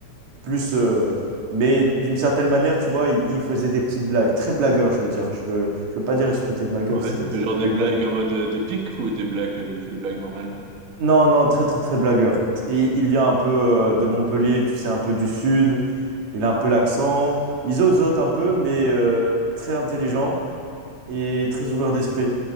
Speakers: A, on the right (about 60°); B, on the right (about 75°).
A: plus. euh, mais d'une certaine manière, tu vois, il, il faisait des petites blagues. Très blagueur, je veux dire. Je veux, je veux pas dire il se foutait de ma gueule,
B: ouais.
A: c'est.
B: Mais
A: c'est
B: genre des
A: pas exagéré.
B: blagues en mode euh, des pics ou des blagues, euh, juste des blagues normales. là
A: Non, non, très, très, très blagueur. Et il vient un peu euh, de Montpellier, tu sais, un peu du sud. Il a un peu l'accent. Il zozote un peu, mais euh, très intelligent. et très ouvert d'esprit.